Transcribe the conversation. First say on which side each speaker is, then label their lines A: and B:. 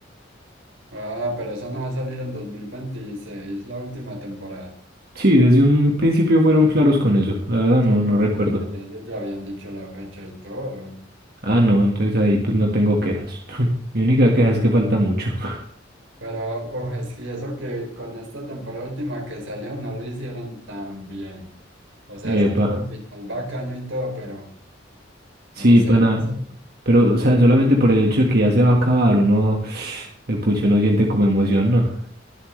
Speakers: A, on the right (about 75°); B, on the right (about 55°).
A: Ah, pero eso no va a salir en 2026 la última temporada.
B: Sí, desde un principio fueron claros con eso. La verdad
A: Sí,
B: no, no
A: obvio,
B: recuerdo.
A: ya- ellos ya habían dicho la fecha y todo.
B: Ah, no, entonces ahí pues no tengo quejas. <laughs> Mi única queja es que falta mucho. <laughs>
A: Pero uf, es que eso que con esta temporada última que salió no lo hicieron tan bien. O sea,
B: Epa.
A: sí tuvo el final bacano y todo, pero
B: Sí,
A: no sé,
B: pana.
A: no sé.
B: Pero, o sea, solamente por el hecho de que ya se va a acabar, uno, <sniffs> <sighs> eh, pucho, no siente como emoción, ¿no?